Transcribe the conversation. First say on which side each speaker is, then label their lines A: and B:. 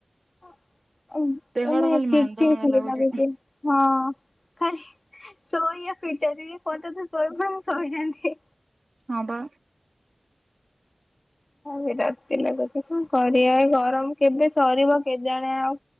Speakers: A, on the left; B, on the right.
A: <unintelligible>
B: ଦେହଟା ଖାଲି
A: ଚିଡ୍-ଚିଡ୍
B: ମାନ୍ଦା ମାନ୍ଦା
A: ଖାଲି
B: ଲାଗୁଛି
A: ଲାଗୁଚି। ହଁ ଖାଲି ଶୋଇଆକୁ ଇଚ୍ଛା ହଉଚି <unintelligible> ମୁଁ ଶୋଇ ଯାଆନ୍ତି।
B: ହଁ ବା।
A: ବିରକ୍ତି ଲାଗୁଛି କଣ କରିଆ ଗରମ୍ କେବେ ସରିବ କେଜାଣି ଆଉ